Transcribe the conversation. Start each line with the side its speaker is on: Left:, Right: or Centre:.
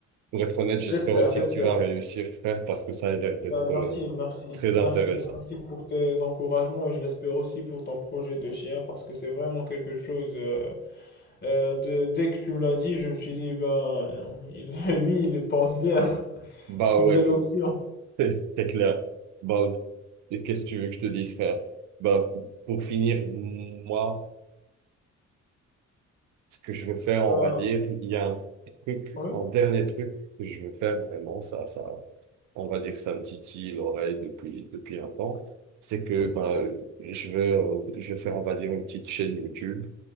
Right: pour être honnête, j'espère
Left: j'espère,
Right: aussi
Left: j'espère.
Right: que tu vas réussir, frère, parce que ça a l'air d'être
Left: Ben,
Right: euh,
Left: merci, merci,
Right: très
Left: merci.
Right: intéressant.
Left: Merci pour tes encouragements et je l'espère aussi pour ton projet de chien parce que c'est vraiment quelque chose. euh, euh, de- dès que tu me l'as dit, je me suis dit, ben, il- <laughs> lui, il pense bien.
Right: Bah
Left: c'est une
Right: ouais,
Left: belle option
Right: <laughs> c'est clair. Bah, et qu'est-ce que tu veux que je te dise, frère? Bah, pour finir, moi, ce que je veux faire,
Left: Ben,
Right: on va dire, il y a un truc,
Left: oui,
Right: un dernier truc que je veux faire vraiment, ça, ça, on va dire, ça me titille l'oreille depuis, depuis un temps, c'est que,
Left: oui,
Right: bah, je veux, euh, je vais faire, on va dire, une petite chaîne YouTube